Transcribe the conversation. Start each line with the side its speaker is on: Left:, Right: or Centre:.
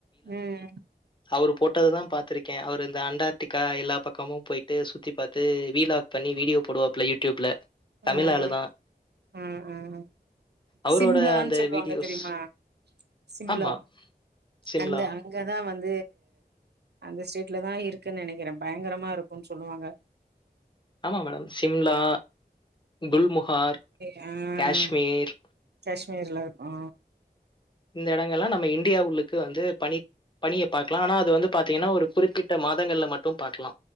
Right: ம்
Left: அவுரு போட்டததான் பாத்துருக்கேன் அவுரு இந்த அண்டார்டிக்கா எல்லா பக்கமும் பொயிட்டு சுத்தி பார்த்து வீலாக் பண்ணி வீடியோ போடுவாப்ல யூட்யூப்ல தமில
Right: ம்
Left: ஆளு தான்.
Right: ம் ம்
Left: அவரோட
Right: சிம்ப் லான்
Left: அந்த
Right: சொல்வாங்க
Left: வீடியோஸ்
Right: தெரிய்மா சிம்லா
Left: ஆமா. சிம்லா.
Right: அந்த அங்கதா வந் து ஸ்டேட்லதான் இருக்குன் நெனக்கிறன் பயங்கரமா இருக்குன் சொல்லுவாங்க
Left: ஆமா மேடம். சிம்லா, குல்முஹார்,
Right: <inaudible>
Left: காஷ்மீர்
Right: கேஷ்மீர்ல இருக்கு
Left: இந்த எடங்கலாம் நம்ம இன்டியாவுள்ளுக்கு வந்து பணி பணிய பாக்லா ஆனா அது வந்து பாத்தீங்கன்னா ஒரு குறிப்பிட்ட மாதங்கள்ல மட்டு பாக்கலா